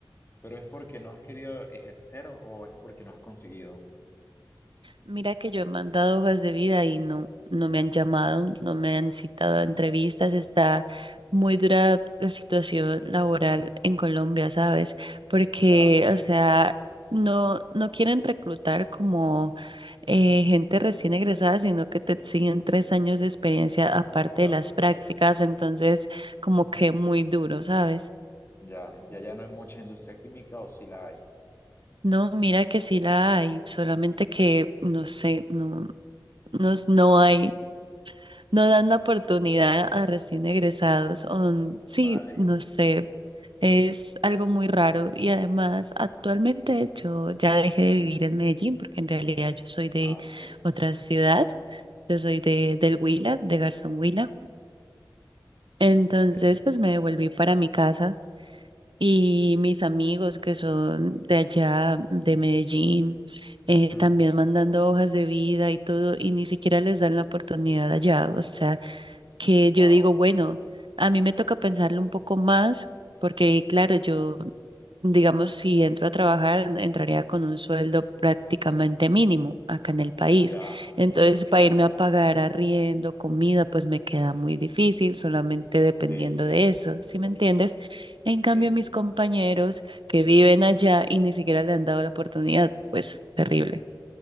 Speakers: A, on the left; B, on the right.
A: pero ¿es porque no has querido ejercer o es porque no has conseguido?
B: Mira que yo he mandado hojas de vida y no, no me han llamado, no me han citado a
A: Mm,
B: entrevistas, está muy dura la situación laboral en Colombia, ¿sabes? Porque,
A: Ya,
B: o sea, no, no quieren reclutar como eh, gente recién egresada, sino que te exigen tres años de experiencia aparte
A: ya.
B: de las prácticas, entonces como que muy duro, ¿sabes?
A: Ya, ya, ya no hay mucha industria química o si la hay.
B: No, mira que sí la hay, solamente que no sé, no, no, no hay, no
A: Mm,
B: dan la oportunidad a recién egresados, o n- sí,
A: Vale.
B: no sé. Es algo muy raro y además actualmente yo ya dejé de vivir en Medellín porque en realidad yo soy de
A: Ah, ok,
B: otra ciudad, yo soy de del Huila, de Garzón Huila. Entonces,
A: ok.
B: pues me devolví para mi casa y mis amigos que son de allá, de Medellín, eh,
A: Ujú.
B: también mandando hojas de vida y todo, y ni siquiera les dan la oportunidad allá. O sea, que
A: Wow.
B: yo digo, bueno, a mí me toca pensarlo un poco más, porque claro, yo, digamos, si entro a trabajar, entraría con un sueldo prácticamente mínimo acá en el país.
A: Ya,
B: Entonces, para irme a pagar arriendo, comida, pues me queda muy difícil, solamente dependiendo
A: sí, sí,
B: de eso, ¿sí me entiendes? En cambio,
A: sí,
B: mis compañeros que viven allá y ni siquiera le han dado la oportunidad, pues terrible.